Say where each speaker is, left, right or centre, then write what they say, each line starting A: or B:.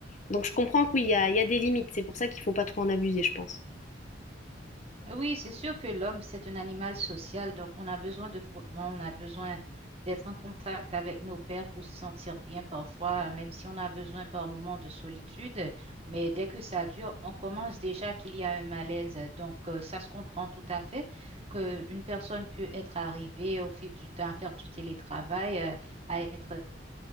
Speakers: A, on the left; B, on the right.
A: Donc, je comprends que oui, il y a, il y a des limites. C'est pour ça qu'il ne faut pas trop en abuser, je pense.
B: Oui, c'est sûr que l'homme, c'est un animal social, donc on a besoin de frottement, on a besoin d'être en contact avec nos pairs pour se sentir bien parfois, même si on a besoin par moments de solitude. Mais dès que ça dure, on commence déjà qu'il y a un malaise. Donc euh, ça se comprend tout à fait qu'une personne peut être arrivée au fil du temps à faire du télétravail, euh, à être